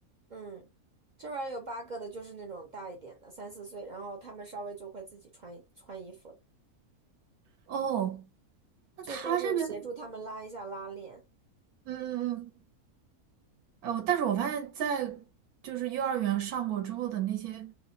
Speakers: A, on the right; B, on the right.
A: 嗯，这边儿有八个的，就是那种大一点的，三四岁，然后他们稍微就会自己穿穿衣服了，
B: 哦，那他这边，
A: 最多就是协助他们拉一下拉链。
B: 嗯嗯嗯哎，我但是我发现，在就是幼儿园上过之后的那些